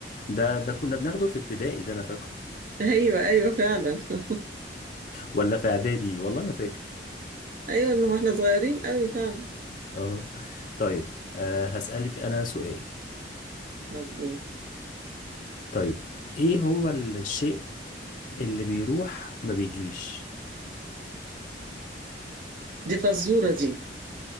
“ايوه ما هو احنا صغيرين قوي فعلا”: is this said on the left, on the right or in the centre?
Right